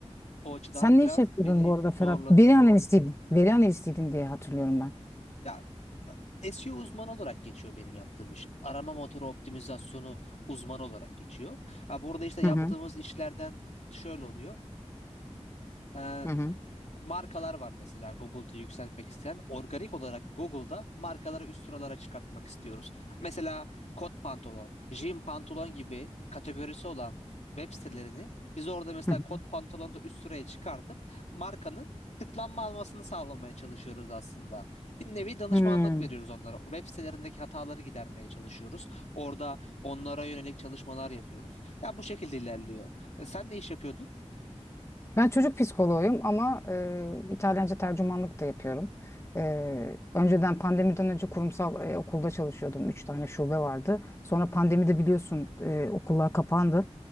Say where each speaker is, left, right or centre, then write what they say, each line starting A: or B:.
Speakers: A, on the left; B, on the left.
A: O açıdan
B: Sen
A: biraz
B: ne iş yapıyordun
A: beni
B: bu arada Ferhat?
A: zorladı.
B: Veri analistiydin. Veri analistiydin diye hatırlıyorum ben.
A: Ya SEO uzmanı olarak geçiyor benim yaptığım iş. Arama motoru optimizasyonu uzmanı olarak geçiyor. Ha, burada işte yaptığımız
B: Hı hı.
A: işlerden şöyle oluyor. Ee,
B: Hı hı.
A: markalar var mesela Google'da yükseltmek isteyen. Organik olarak Google'da markaları üst sıralara çıkartmak istiyoruz. Mesela kot pantolon, jean pantolon gibi kategorisi olan web sitelerini biz orada mesela
B: Hı hı.
A: kot pantolonu da üst sıraya çıkartıp markanın tıklanma almasını sağlamaya çalışıyoruz aslında. Bir nevi danışmanlık
B: Hı.
A: veriyoruz onlara. Web sitelerindeki hataları gidermeye çalışıyoruz. Orada onlara yönelik çalışmalar yapıyoruz. Ya bu şekilde ilerliyor. E, Sen ne iş yapıyordun?
B: Ben çocuk psikoloğuyum ama e, İtalyanca tercümanlık da yapıyorum. E, önceden pandemiden önce kurumsal e, okulda çalışıyordum. Üç tane şube vardı. Sonra pandemide biliyorsun e, okullar kapandı.